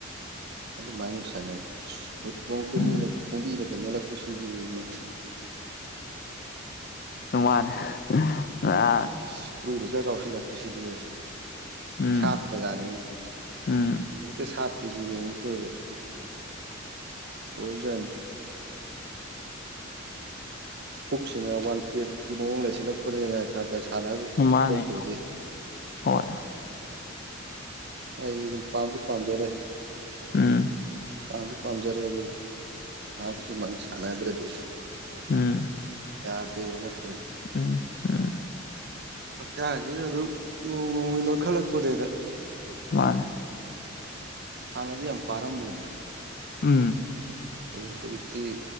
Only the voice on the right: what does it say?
ꯑꯗꯨꯃꯥꯏꯅ ꯁꯥꯟꯅꯩ ꯑꯁ ꯕꯨꯠ ꯇꯣꯡꯀ
ꯃꯤꯅ ꯈꯣꯝꯕꯤꯗꯒ ꯅꯦꯜꯂꯛꯄꯁꯤꯗꯤ ꯏꯃꯥꯏ
ꯑꯁ ꯈꯨꯔꯨꯗ ꯀ ꯀꯥꯎꯁꯜꯂꯥꯛ ꯄꯁꯤꯗꯤ
ꯁꯥ ꯑꯣꯖꯥꯅꯤ
ꯂꯨꯏꯀ ꯁꯥꯠꯄꯔꯤꯖꯤꯗꯤ ꯑꯃꯨꯛ ꯇꯑꯣꯏꯕ ꯑꯣꯏꯕꯖꯠꯅꯤ ꯄꯨꯛꯁꯤꯅ ꯋꯥꯟ ꯄꯦꯛꯀꯤ ꯃꯑꯣꯡ ꯂꯩꯁꯜꯂꯛ ꯄꯨꯅꯦꯅ ꯈꯔ ꯈꯔ ꯁꯥꯟꯅꯕ
ꯊꯣꯛꯇ꯭ꯔꯗꯤ
ꯑꯩꯗꯤ ꯑꯗꯨꯝ ꯄꯥꯝꯖꯨ ꯄꯥꯝꯖꯔꯦ
ꯄꯥꯝꯖꯨ ꯄꯥꯝꯖꯔꯦ ꯑꯗꯨꯒ ꯉꯍꯥꯛ ꯑꯗꯨꯃꯥꯏꯅ ꯁꯥꯟꯅꯗ꯭ꯔꯗꯤ
ꯌꯥꯗꯦꯕ ꯅꯠꯇ꯭ꯔꯗꯤ
ꯍꯛꯆꯥꯡꯖꯤꯒ ꯑꯗꯨꯝ ꯅꯣꯡ ꯅꯣꯡꯃꯒꯤ ꯅꯣꯏ ꯈꯜꯂꯛꯄꯔꯦꯗ
ꯍꯥꯟꯅꯗꯤ ꯌꯥꯝ ꯄꯔꯝꯃꯦꯕ
ꯑꯗꯨ ꯍꯧꯖꯤꯛꯇꯤ